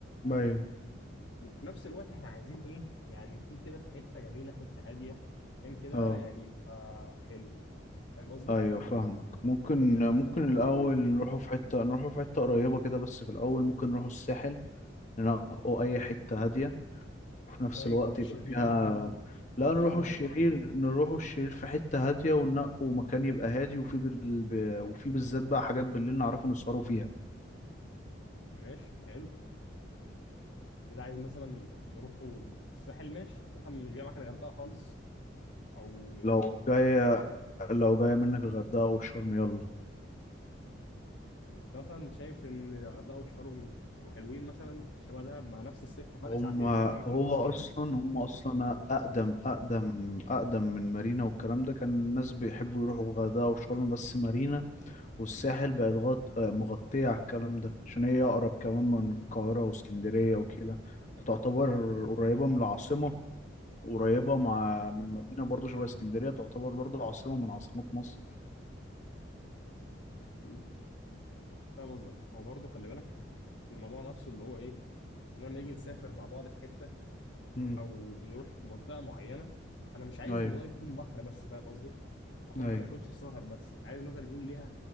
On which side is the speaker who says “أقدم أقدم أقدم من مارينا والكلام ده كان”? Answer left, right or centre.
Left